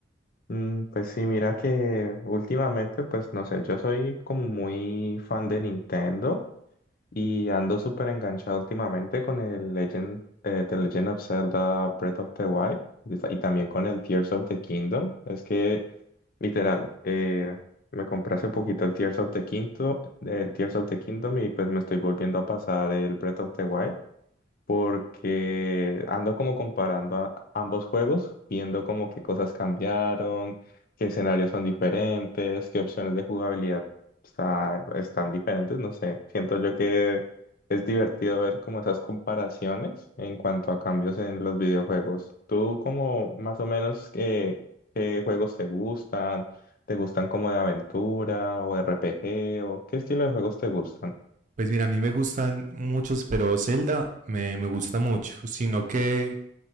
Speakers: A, on the left; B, on the right.
A: Mm, pues sí, mira que últimamente, pues no sé, yo soy como muy fan de Nintendo y ando súper enganchado últimamente con el Legend, eh, The Legend of Zelda Breath of the Wild y ta- y también con el Tears of the Kingdom. Es que, literal, eh, me compré hace poquito el Tears of the Kingdom, el Tears of the Kingdom y pues me estoy volviendo a pasar el Breath of the Wild. porque ando como comparando a- ambos juegos, viendo como qué cosas cambiaron, qué escenarios son diferentes, qué opciones de jugabilidad está- están diferentes, no sé. Siento yo que es divertido ver como esas comparaciones en cuanto a cambios en los videojuegos. ¿Tú como más o menos qué, qué juegos te gustan? ¿Te gustan como de aventura o RPG o qué estilo de juegos te gustan?
B: Pues mira, a mí me gustan muchos, pero Zelda me, me gusta mucho. Sino que